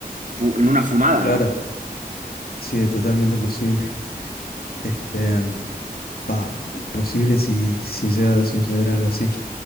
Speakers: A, on the right; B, on the left.
A: fu- en una fumada,
B: Claro,
A: ¿no?
B: sí, es totalmente posible. Este, em, va, posible si, si llega a suceder algo así.